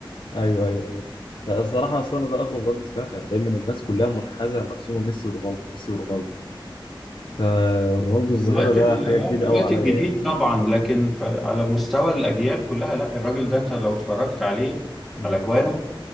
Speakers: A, on the left; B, in the centre.
A: ايوه ايوه ايوه لا الصراحة اصلا أنا ده اغرب رد سمعته يعني دايما الناس كلها منحازة مقسومة ميسي ورونالدو ميسي ورونالدو فرونالدو الظاهرة
B: في الوقت
A: ده
B: ال...
A: حاجة
B: اه
A: جديدة
B: في الوقت
A: قوي عليا
B: الجديد
A: يعني
B: طبعا لكن ف... على مستوى الأجيال كلها لا الراجل ده انت لو اتفرجت عليه
A: امم
B: على جوانه